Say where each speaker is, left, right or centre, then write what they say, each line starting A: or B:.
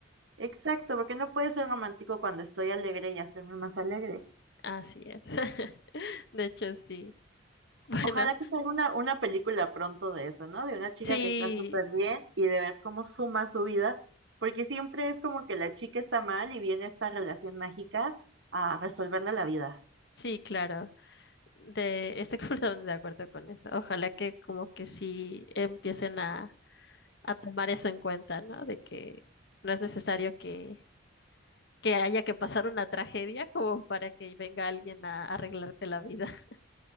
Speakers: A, on the right (about 65°); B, on the left (about 60°).
A: Exacto, ¿por qué no puede ser romántico cuando estoy alegre y hacerme más alegre?
B: Así es. <laughs> De hecho, sí. <laughs> Bueno,
A: Ojalá que salga una, una película pronto de eso, ¿no? De una chica
B: sí,
A: que está súper bien y de ver cómo suma su vida, porque siempre es como que la chica está mal y viene esta relación mágica a resolverle la vida.
B: sí, claro. De, estoy <laughs> completamente de acuerdo con eso. Ojalá que como que sí empiecen a, a tomar eso en cuenta, ¿no? De que no es necesario que que haya que pasar una tragedia como para que venga alguien a arreglarte la vida. <laughs>